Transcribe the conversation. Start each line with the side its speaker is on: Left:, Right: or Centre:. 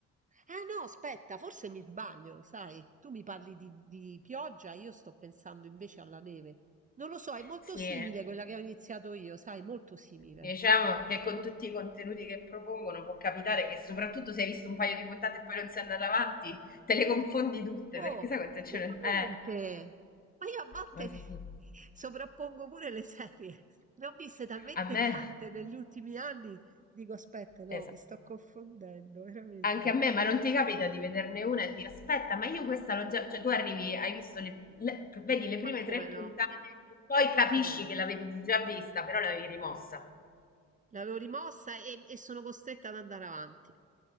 Right: Ah no, aspetta, forse mi sbaglio, lo sai? Tu mi parli di, di pioggia, io sto pensando invece alla neve. Non lo so, è molto
Left: Sì,
Right: simile quella che ho iniziato io, sai, molto simile.
Left: Diciamo che con tutti i contenuti che propongono può capitare che soprattutto se hai visto un paio di puntate e poi non sei andata avanti, te le confondi tutte
Right: Oh,
Left: perché sai quante
Right: veramente!
Left: ce ne... Eh,
Right: Ma io a volte
Left: ma sì.
Right: mi- <laughs> sovrappongo pure le serie. Ne ho viste talmente
Left: A me,
Right: tante negli ultimi anni. Dico, aspetta, no,
Left: esatto.
Right: mi sto confondendo, veramente.
Left: Anche a me, ma non ti capita di vederne una e dire aspetta, ma io questa l'ho già... Cioè tu arrivi, hai visto le, le- vedi le
Right: Ma
Left: prime
Right: come
Left: tre puntate
Right: no?
Left: e poi capisci
Right: Come no?
Left: che l'avevi già vista, però l'avevi rimossa.
Right: L'avevo rimossa e, e sono costretta ad andare avanti,